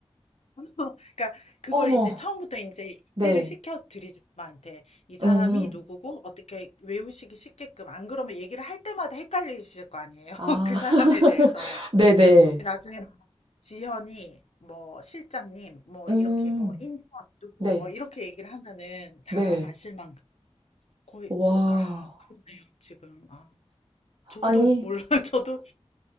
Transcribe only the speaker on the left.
<laughs> 그러니까 그걸
이제 처음부터 인제
인지를 시켜 드리죠, 엄마한테. 이 사람이
누구고 어떻게 외우시기 쉽게끔. 안 그러면 얘기를 할 때마다 헷갈리실 거 아니에요, <laughs>
그
사람에 대해서.
그러니까 나중에 지현이 뭐 실장님 뭐
이렇게 뭐 인턴 누구
뭐 이렇게 얘기를 하면은 다
아실 만큼 거의
뭐 이거- 아 그러네요, 지금. 아 저도
몰라요. <laughs> 저도